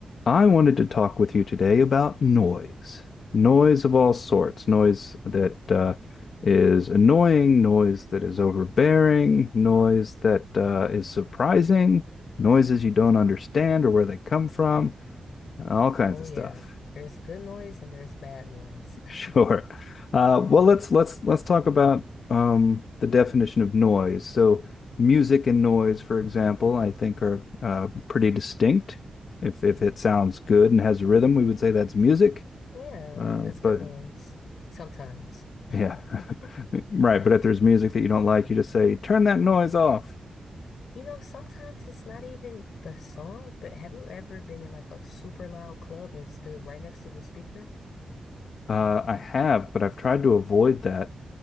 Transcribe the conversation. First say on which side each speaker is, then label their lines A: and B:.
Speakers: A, on the left; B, on the left.
A: I wanted to talk with you today about noise, noise of all sorts, noise that uh, is annoying, noise that is overbearing, noise that uh, is surprising, noises you don't understand or where they come from, all kinds
B: Oh
A: of
B: yeah,
A: stuff. <laughs>
B: there's good noise and there's bad noise. <laughs>
A: Sure. Uh, well, let's let's let's talk about um, the definition of noise. So, music and noise, for example, I think are uh, pretty distinct. If if it sounds good and has rhythm, we would say that's music.
B: Yeah,
A: Uh,
B: that's good
A: but
B: noise. Sometimes.
A: yeah,
B: <laughs>
A: <laughs> right. But if there's music that you don't like, you just say, turn that noise off.
B: You know, sometimes it's not even the song, but have you ever been in like a super loud club and stood right next to the speaker?
A: Uh, I have, but I've tried to avoid that.